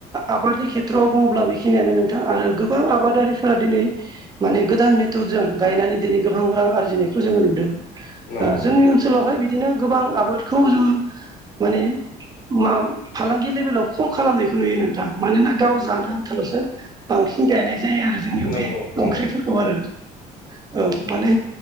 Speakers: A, on the right; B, on the left.
A: आबादनि खेथ्रआव बुङोब्ला बेखिनियानो नोंथां आरो गोबां आबादारिफोरा दिनै माने गोदान मेथदजों गायनानै दिनै गोबां रां आरजिनायखौ जों नुदों।
B: नंगौ
A: ओ
B: नंगौ
A: जोंनि ओनसोलावहाय बिदिनो गोबां आबादखौ जोङो माने मा फालांगि लेभेलाव खम खालामनायखौ नुयो नोंथां मानोना गाव जानो आनथाल'सो बांसिन गायनाय जायो। आरो जोंनियाव
B: नंगौ
A: बे
B: नंगौ
A: ओंख्रिफोरखौ आरो औ माने